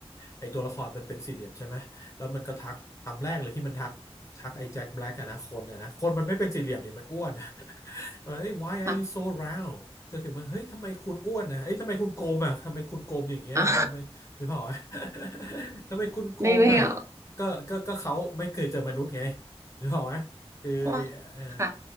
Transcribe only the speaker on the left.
ไอตัวละครมันเป็นสี่เหลี่ยมใช่ไหมแล้วมันก็ทักคำแรกเลยที่มันทักทักไอ้แจ็คแบล็กอะนะคนอะนะคนมันไม่เป็นสี่เหลี่ยมนี่มันอ้วนอะ <laughs> เอ้ย why are
you so round ก็คือมันเฮ้ยทำไมคุณอ้วนนะเอ้ยทำไมคุณโกลมอะทำไมคุณโกลมอย่างเงี้ยทำไมนึกภาพว่า
<laughs> ทำไมคุณโกลมอะ
ก็ก็ก็เขาไม่เคยเจอมนุษย์ไงนึกภาพว่าคือไอเออ